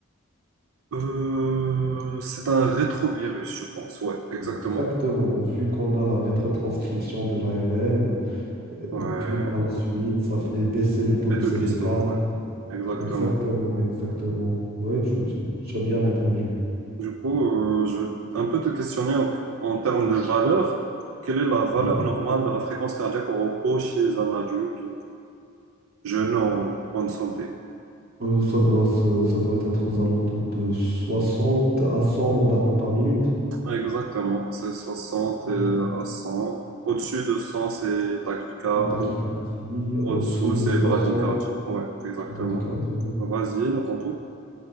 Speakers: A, on the right; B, on the right.
A: euh, c'est un rétrovirus, je pense. Ouais, exactement.
B: Exactement, vu qu'on a la rétrotranscription de l'ARN,
A: Ouais.
B: euh, puis par la suite, ça fait baisser le taux
A: Et
B: de CD4.
A: toute l'histoire, ouais. Exactement.
B: Exactement, exactement. Ouais, tu, tu- tu as bien répondu.
A: Du coup, euh, je vais un peu te questionner en, en termes de valeur. Quelle est la valeur
B: Ouais.
A: normale de la fréquence cardiaque au repos chez un adulte jeune en bonne santé?
B: Euh, ça doit se- ça doit être aux alentours de 60 à 100 battements par minute.
A: Exactement, c'est soixante
B: Ouais.
A: à cent Au-dessus de cent c'est tachycardie.
B: Une tachycardie, euh, au-dessous
A: Au-dessous,
B: de
A: c'est
B: 60,
A: bradycardie. Ouais, exactement.
B: une bradycardie.
A: Vas-y, à ton tour.